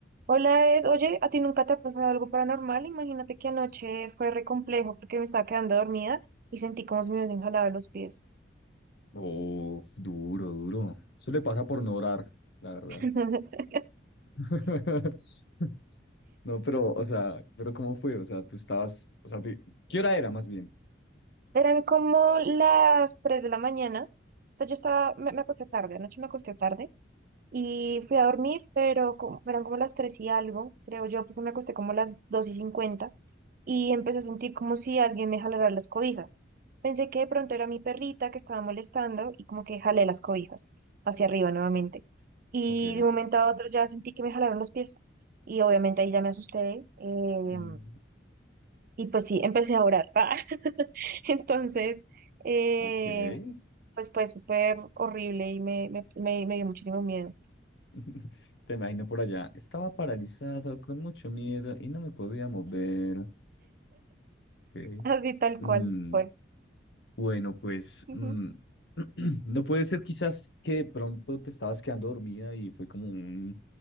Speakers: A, on the right; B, on the left.
A: Hola Ed, oye, ¿a ti nunca te ha pasado algo paranormal? Imagínate que anoche fue re complejo porque me estaba quedando dormida y sentí como si me hubiesen jalado los pies.
B: Oh, duro, duro. Eso le pasa por no orar, la verdad.
A: <laughs>
B: <laughs> No, pero, o sea, pero ¿cómo fue? O sea, tú estabas, o sea, te- ¿qué hora era más bien?
A: Eran como las 3 de la mañana, o sea, yo estaba, me, me acosté tarde, anoche me acosté tarde Y fui a dormir, pero como- eran como las 3 y algo, creo yo, porque me acosté como las 2 y 50 y empecé a sentir como si alguien me jalara las cobijas. Pensé que de pronto era mi perrita que estaba molestando y como que jalé las cobijas hacia arriba nuevamente. Y
B: Ok,
A: de un momento a otro ya sentí que me jalaron los pies y obviamente ahí ya me asusté eh,
B: mm,
A: y pues sí, empecé a orar. <laughs> Entonces, eh,
B: ok.
A: pues fue súper horrible y me, me, me me dio muchísimo miedo.
B: <laughs> Te imagino por allá. Estaba paralizado con mucho miedo y no me podía mover. Ok.
A: Así tal
B: Mm,
A: cual fue.
B: bueno, pues,
A: Ujú.
B: mm, <clears throat> no puede ser quizás que de pronto te estabas quedando dormida y fue como un